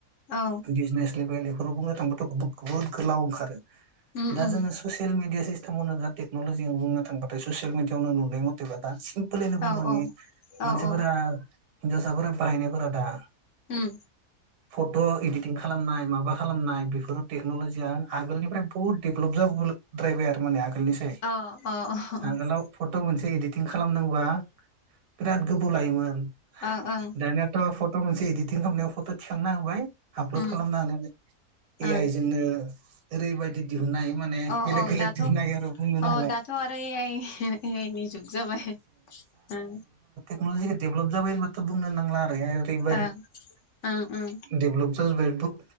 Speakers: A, on the left; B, on the right.
A: औ
B: <unintelligible> खौ बुंनो थांबाथ बहुद गोलाव ओंखारो।
A: उम
B: दा
A: उम
B: जोङो ससियेल मिडिया सिस <unintelligible> टेगनलजियाव बुंनो थांबाथाय ससियेल मिदियाआवनो नुनाय मथेबा दासिम <unintelligible> बुंग्रोनि
A: औ औ औ
B: मानसिफोरा
A: औ
B: हिन्जावसाफोरा बाहायनायफोरा दा
A: उम
B: फट इडिटिं खालामनाय माबा खालामनाय बेफोर टेक्नलजिया आगोलनिफ्राय बहुद डेभलप जाबोद्रायबाय आरो माने निसै
A: अ अ
B: आगोलाव फट मोनसे एदिद खालामदोंबा बिराद गोबौ लायोमोन।
A: अ ओं
B: दानियाथ फट मेनस इदिटिं खालामनायाव फट थिखांना होबाय। आपलड
A: उम
B: खालामना हानाय ए
A: ओं
B: आइ जोंनो ओरैबायदि दिहुन्नो हायो माने
A: औ
B: बेलेग
A: औ
B: बेलेग
A: दाथ'औ
B: दिहुननो हायो आरो बुंनोनो हाला
A: दाथ' आरो ए आइ ए आइनि जुग जाबाय ओ
B: <unintelligible> देभ्लप जाब होनबाथ बुंनो नांला <unintelligible>
A: ओं ओं ओं
B: देभ्लप <unintelligible> दुख